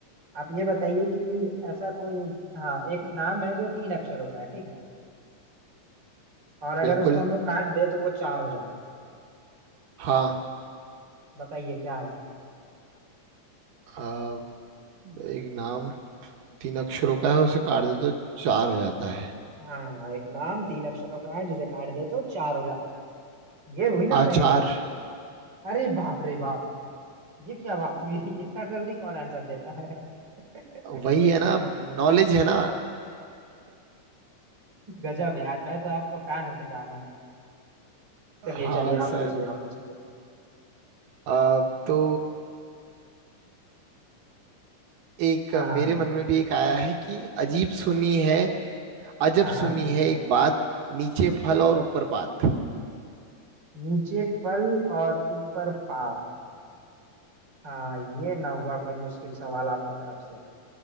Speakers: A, on the right; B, on the right.
A: आप ये बताइए कि ऐसा कोई हाँ एक नाम है जो तीन अक्षरों का है ठीक ना और अगर
B: बिल्कुल
A: उसको हम लोग काट दे तो वो चार हो जाता
B: हाँ
A: है बताइए क्या है ये?
B: अ, एक नाम तीन अक्षरों का है उसे काट दे तो चार हो जाता है
A: हाँ एक नाम तीन अक्षरों का है जिसे काट दे तो चार हो जाता है ये हुई ना
B: आचार
A: पहेली अरे बाप रे बाप ये क्या बात हुई <laughs> इतना जल्दी कौन आंसर देता है <laughs>
B: वही है ना नॉलेज है ना
A: गजब यार मैं तो आपका फैन होते जा रहा हूँ चलिए
B: हाँ
A: चलिए
B: सर
A: आप पूछिए आप पूछिए
B: अ, तो एक
A: हाँ
B: मेरे
A: हाँ
B: मन में भी एक आया है कि अजीब सुनी है अजब
A: हाँ हाँ
B: सुनी है एक बात नीचे फल और ऊपर पात
A: नीचे फल और ऊपर पाप हाँ ये ना हुआ कोई मुश्किल सवाल आपकी तरफ से